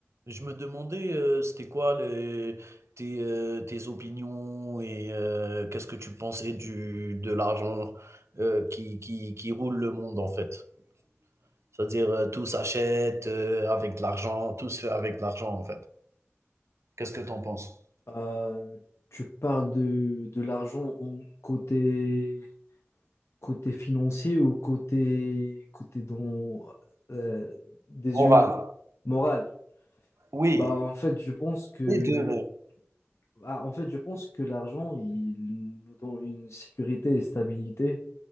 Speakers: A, on the right; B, on the left.
A: Je me demandais, euh, c'était quoi les- tes, euh, tes opinions et euh, qu'est-ce que tu pensais du, de l'argent euh, qui, qui, qui roule le monde en fait. C'est-à-dire euh, tout s'achète euh, avec de l'argent, tout se fait avec de l'argent en fait. Qu'est-ce que tu en penses?
B: Euh, tu parles de, de l'argent en côté, côté financier ou côté, côté dans, euh, des
A: Morale.
B: humains, moral.
A: Oui,
B: Bah, en fait, je pense que
A: les deux même.
B: Ah, en fait, je pense que l'argent, il nous donne une sécurité et stabilité.